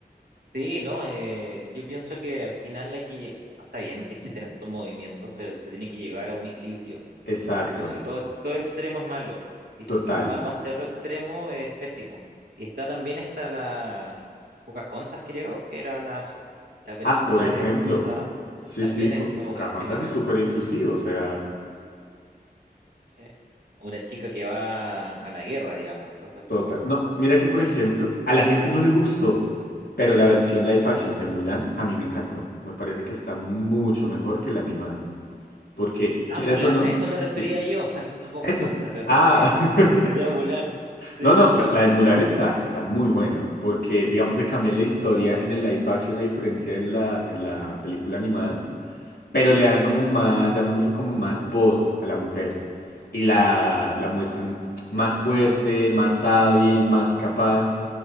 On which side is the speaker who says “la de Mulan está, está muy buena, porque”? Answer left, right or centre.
Left